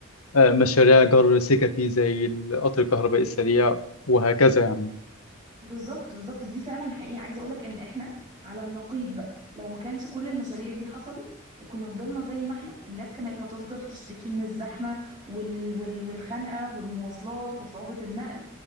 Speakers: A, on the left; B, on the right.
A: آه، مشاريع جر سككي زي القطر الكهربائي السريع وهكذا يعني
B: بالظبط بالظبط دي فعلا حقيقة عايزة اقولك ان احنا على النقيض بقى لو ما كانش كل المشاريع دي حصلت وكنا فضلنا زي ما احنا الناس كانت هتفضل تشتكي من الزحمة وال... وال... والخنقة والمواصلات وصعوبة النقل